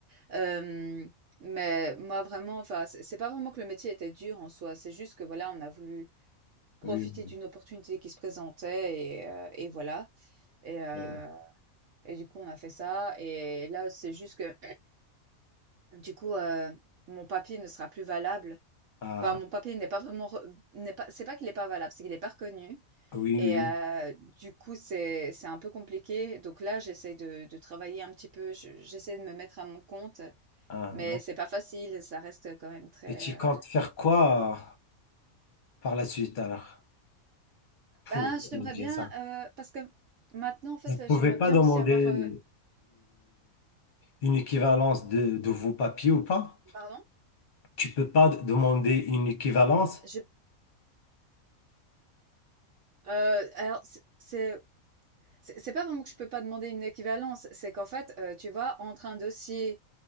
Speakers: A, on the right; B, on the left.
A: Hem, mais moi vraiment, enfin, c'est c'est pas vraiment que le métier était dur en soi, c'est juste que voilà, on a voulu profiter
B: Oui, oui.
A: d'une opportunité qui se présentait et heu et voilà et heu
B: oui.
A: et du coup, on a fait ça et là, c'est juste que Du coup, heu, mon papier ne sera plus valable.
B: Ah,
A: Enfin, mon papier n'est pas vraiment re n'est pas c'est pas qu'il est pas valable, c'est qu'il est pas reconnu
B: oui,
A: et
B: oui.
A: heu, du coup, c'est c'est un peu compliqué. Donc là, j'essaie de de travailler un petit peu, je j'essaie de me mettre à mon compte,
B: Ah,
A: mais c'est pas facile, ça reste quand même très,
B: Et tu comptes
A: heu
B: faire quoi euh, par la suite alors pour
A: ben, j'aimerais
B: remédier
A: bien,
B: à ça?
A: heu, parce que maintenant, en fait,
B: Vous ne pouvez
A: heu, j'aimerais
B: pas
A: bien
B: demander
A: aussi avoir, heu
B: euh, une équivalence de, de vos papiers ou pas?
A: pardon?
B: Tu peux pas d- demander une équivalence?
A: J'ai heu, alors c'est c'est c'est c'est pas vraiment que je peux pas demander une équivalence, c'est qu'en fait, heu, tu vois, entre un dossier